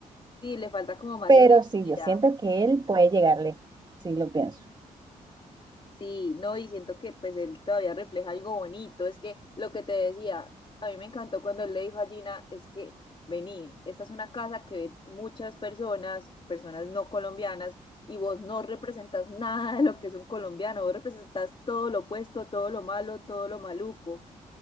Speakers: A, on the left; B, on the right.
A: Sí, le falta como más
B: Pero
A: energía.
B: sí, yo siento que él puede llegar lejos, sí lo pienso.
A: Sí, no, y siento que pues él todavía refleja algo bonito. Es que lo que te decía, a mí me encantó cuando él le dijo a Gina, es que vení, esta es una casa que ve muchas personas, personas no colombianas, y vos no representas nada de lo que es un colombiano, vos representas todo lo opuesto, todo lo malo, todo lo maluco.